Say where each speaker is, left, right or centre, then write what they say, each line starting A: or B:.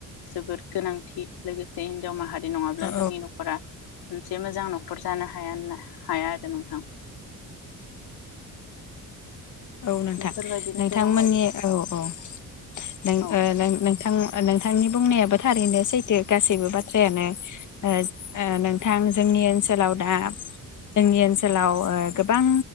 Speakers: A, on the left (about 85°); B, on the left (about 55°).
A: जोबोद गोनांथि लोगोसे हिन्जाव माहारि बि नंङाब्ला
B: औ
A: जोंनि नख'रा मोनसे मोजां न'खर जानो हाया ना हाया आरो नोंथां।
B: औ नोंथां
A: बेफोरबायदिनो
B: नोंथांमोननि
A: गोबां
B: औ औ नों
A: औ
B: ओ नोंथां। ओ नोंथांनि बुंनायाबो थारैनो सैथो गासैबो बाथ्रायानो ओ ओ नोंथां जोंनि ओनसोलाव दा जोंनि ओनसोलाव ओ गोबां